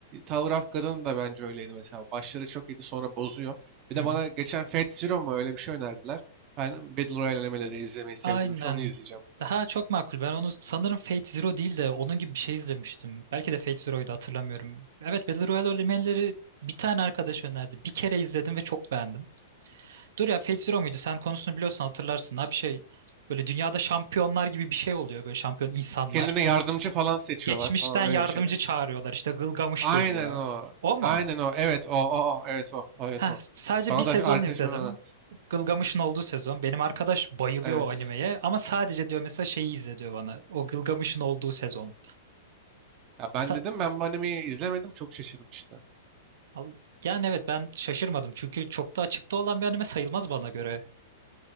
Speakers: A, on the right; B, on the right.
A: Tower of God'un da bence öyleydi mesela. Başları çok iyiydi sonra bozuyor. Bir
B: <laughs> Hı
A: de
B: hı.
A: bana geçen Fate Zero mu öyle bir şey önerdiler. Ben Battle Royale animeleri izlemeyi sevdiğim
B: Aynen.
A: için onu izleyeceğim.
B: Daha çok makul. Ben onu sanırım Fate Zero değil de onun gibi bir şey izlemiştim. Belki de Fate Zero'ydu hatırlamıyorum. Evet Battle Royale elementleri bir tane arkadaş önerdi. Bir kere izledim ve çok beğendim. Dur ya Fate Zero muydu? Sen konusunu biliyorsan hatırlarsın. Ha bir şey böyle dünyada şampiyonlar gibi bir şey oluyor. Böyle şampiyon insanlar.
A: Kendine yardımcı falan seçiyorlar
B: Geçmişten
A: falan
B: yardımcı
A: öyle bir şey değil mi?
B: çağırıyorlar. İşte Gılgamış
A: Aynen
B: geliyor.
A: o.
B: O mu?
A: Aynen o. Evet o o o. Evet o. o evet
B: Heh,
A: o.
B: sadece
A: Bana
B: bir sezon
A: da arkadaşım
B: izledim.
A: öyle anlattı.
B: Gılgamış'ın olduğu sezon. Benim arkadaş bayılıyor
A: Evet.
B: o animeye ama sadece diyor mesela şeyi izle diyor bana. O Gılgamış'ın olduğu sezon.
A: Ya ben
B: Sa-
A: dedim ben bu animeyi izlemedim çok şaşırmıştı.
B: Al- Yani evet ben şaşırmadım çünkü çok da açıkta olan bir anime sayılmaz bana göre.